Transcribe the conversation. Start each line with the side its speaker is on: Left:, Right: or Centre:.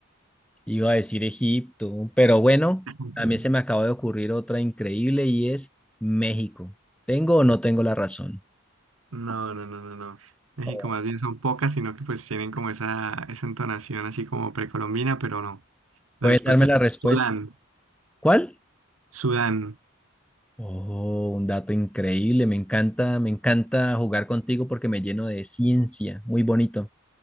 Centre: Iba a decir Egipto, pero bueno,
Right: <laughs>
Centre: también se me acaba de ocurrir otra increíble y es México. ¿Tengo o no tengo la razón?
Right: No, no, no, no, no. México
Centre: Oh.
Right: más bien son pocas, sino que pues tienen como esa, esa entonación así como precolombina, pero no.
Centre: ¿Puede
Right: La respuesta
Centre: darme la
Right: es
Centre: respuesta?
Right: Sudán.
Centre: ¿Cuál?
Right: Sudán.
Centre: Oh, un dato increíble. Me encanta, me encanta jugar contigo porque me lleno de ciencia. Muy bonito.